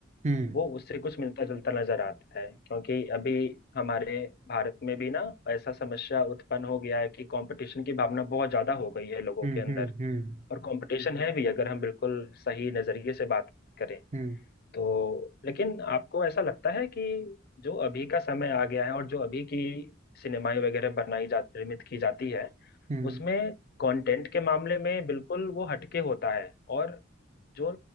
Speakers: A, on the right; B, on the left.
A: हम्म
B: वो उससे कुछ मिलता जुलता नजर आता है क्योंकि अभी हमारे भारत में भी ना ऐसा समस्या उत्पन्न हो गया है कि कंपटीशन की भावना बहुत ज्यादा हो गई है लोगों
A: हम्म
B: के अंदर
A: हम्म हम्म
B: और कंपटीशन है भी अगर हम बिल्कुल सही नजरिए से बात करें
A: हम्म
B: तो लेकिन आपको ऐसा लगता है कि जो अभी का समय आ गया है और जो अभी की सिनेमाएं वगैरह बनाई जा निर्मित की जाती है
A: हम्म
B: उसमें कंटेंट के मामले में बिल्कुल वो हटके होता है और जो